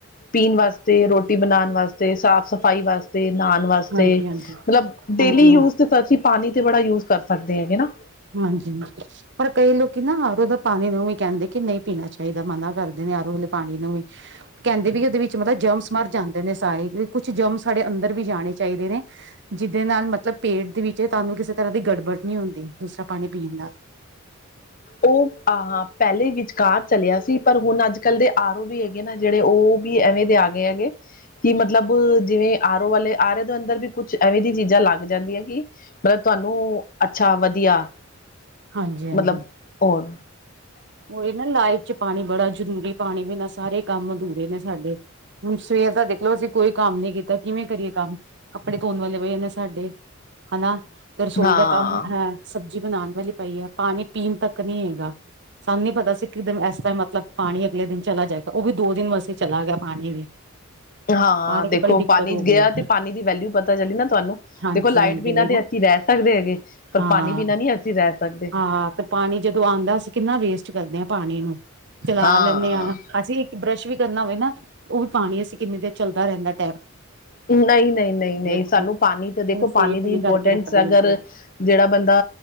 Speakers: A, on the left; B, on the right.
A: ਪੀਨ ਵਾਸਤੇ ਰੋਟੀ ਬਣਾਉਣ ਵਾਸਤੇ ਸਾਫ਼ ਸਫ਼ਾਈ ਵਾਸ ਤੇ ਨਾਣ ਵਾਸਤੇ
B: ਹਾਂਜੀ ਹਾਂਜੀ ਹਾਂਜੀ
A: ਮਲਬ ਡੇਲੀ
B: ਹਾਂਜੀ
A: ਯੂਜ ਤੇ ਅਸੀਂ ਪਾਣੀ ਤੇ ਬੜਾ ਯੂਜ ਕਰ ਸਕਦੇ ਹੈਗੇ ਨਾ
B: ਹਾਂਜੀ ਪਰ ਕਈ ਲੋਕੀ ਨਾ ਆਰੋਦਾ ਪਾਣੀ ਨੂੰ ਵੀ ਕਹਿੰਦੇ ਕਿ ਨਹੀਂ ਪੀਣਾ ਚਾਹੀਦਾ ਮਨਾ ਕਰਦੇ ਨੇ ਆਰੋ ਲੇ ਪਾਣੀ ਨੂੰ ਵੀ ਕਹਿੰਦੇ ਵੀ ਉਹਦੇ ਵਿੱਚ ਮਤ ਜਰਮਸ ਮਰ ਜਾਂਦੇ ਨੇ ਸਾਰੇ ਕੁਛ ਜਰਮਸ ਸਾਡੇ ਅੰਦਰ ਵੀ ਜਾਣੇ ਚਾਹੀਦੇ ਨੇ ਜਿਹਦੇ ਨਾਲ ਮਤਲਬ ਪੇਟ ਦੇ ਵਿੱਚ ਤੁਹਾਨੂੰ ਕਿਸੇ ਤਰ੍ਹਾਂ ਦੀ ਗੜਬੜ ਨਹੀਂ ਹੁੰਦੀ ਦੂਸਰਾ ਪਾਣੀ ਪੀਣ ਨਾਲ
A: ਉਹ ਆਂ ਪਹਿਲੇ ਵਿਚਕਾਰ ਚਲਿਆ ਸੀ ਪਰ ਹੁਣ ਅੱਜ ਕੱਲ੍ਹ ਦੇ ਆਰੋ ਵੀ ਹੈਗੇ ਨਾ ਜਿਹੜੇ ਉਹ ਵੀ ਐਵੇਂ ਦੇ ਆ ਗਏ ਹੈਗੇ ਕਿ ਮਤਲਬ ਜਿਵੇਂ ਆਰੋ ਵਾਲੇ ਆਰੇ ਦੇ ਅੰਦਰ ਵੀ ਕੁਛ ਐਵੇਂ ਦੀਆਂ ਚੀਜ਼ਾਂ ਲੱਗ ਜਾਂਦੀਆਂ ਕੀ ਮਤਲਬ ਤੁਹਾਨੂੰ ਅੱਛਾ ਵਧੀਆ
B: ਹਾਂਜੀ ਹਾਂਜੀ
A: ਮਲਬ ਹੋਰ
B: ਉਹ ਇਹ ਨਾ ਲਾਈਫ ਚ ਪਾਣੀ ਬੜਾ ਜ਼ਰੂਰੀ ਪਾਣੀ ਬਿਨਾਂ ਸਾਰੇ ਕੰਮ ਅਧੂਰੇ ਨੇ ਸਾਡੇ ਹੁਣ ਸਵੇਰ ਦਾ ਦੇਖਲਓ ਅਸੀਂ ਕੋਈ ਕੰਮ ਨੀ ਕੀਤਾ ਕਿਵੇਂ ਕਰੀਏ ਕੰਮ ਕੱਪੜੇ ਧੋਣ ਵਾਲੇ ਵਏ ਨੇ ਸਾਡੇ ਹਨਾ ਤੇ ਰਸੋਈ
A: ਹਾਂ
B: ਦਾ ਕੰਮ ਹੈ ਸਬਜ਼ੀ ਬਣਾਉਣ ਵਾਲੀ ਪਈ ਐ ਪਾਣੀ ਪੀਣ ਤੱਕ ਨਹੀਂ ਹੈਗਾ ਸਾਨੂੰ ਨੀ ਪਤਾ ਸੀ ਕਿ ਇਸ ਤਰ੍ਹਾਂ ਮਤਲਬ ਪਾਣੀ ਅਗਲੇ ਦਿਨ ਚਲਾ ਜਾਏਗਾ ਉਹ ਵੀ ਦੋ ਦਿਨ ਵਾਸੇ ਚਲਾ ਗਿਆ ਪਾਣੀ ਵੀ
A: ਹਾਂ
B: ਪਾਣੀ
A: ਦੇਖੋ
B: ਦੀ ਬੜੀ ਦਿੱਕਤ
A: ਪਾਣੀ
B: ਹੋ ਗਈ
A: ਗਿਆ
B: ਹੈ
A: ਤੇ ਪਾਣੀ ਦੀ ਵੈਲਿਊ ਪਤਾ ਚਲੀ ਨਾ ਤੁਹਾਨੂੰ
B: ਹਾਂਜੀ
A: ਦੇਖੋ ਲਾਈਟ
B: ਹਾਂਜੀ
A: ਬਿਨਾਂ
B: ਉਹੀ
A: ਤੇ
B: ਨਾ
A: ਅਸੀਂ ਰਹਿ ਸਕਦੇ ਹੈਗੇ ਪਰ
B: ਹਾਂ
A: ਪਾਣੀ ਬਿਨਾਂ ਨਹੀਂ ਅਸੀਂ ਰਹਿ ਸਕਦੇ
B: ਹਾਂ ਤੇ ਪਾਣੀ ਜਦੋਂ ਆਉਂਦਾ ਅਸੀਂ ਕਿੰਨਾ ਵੇਸਟ ਕਰਦੇ ਹਾਂ ਪਾਣੀ ਨੂੰ ਚਲਾ
A: ਹਾਂ
B: ਲੈਂਨੇ ਆਂ ਅਸੀਂ ਬਰੱਸ਼ ਵੀ ਕਰਨਾ ਹੋਵੇ ਨਾ ਉਹ ਵੀ ਪਾਣੀ ਅਸੀਂ ਕਿੰਨੀ ਦੇਰ ਚੱਲਦਾ ਰਹਿੰਦਾ ਐ
A: ਨਹੀਂ ਨਹੀਂ ਨਹੀਂ ਨਹੀਂ
B: ਉਹਨੂੰ
A: ਸਾਨੂੰ ਪਾਣੀ ਤੇ ਦੇਖੋ
B: ਉਹਨੂੰ ਸੇਫ
A: ਪਾਣੀ ਦੀ
B: ਨੀ
A: ਇੰਪੋਰਟੈਂਸ
B: ਕਰਕੇ ਰੱਖਦੇ ਬਿਲਕੁਲ
A: ਅਗਰ ਜਿਹੜਾ ਬੰਦਾ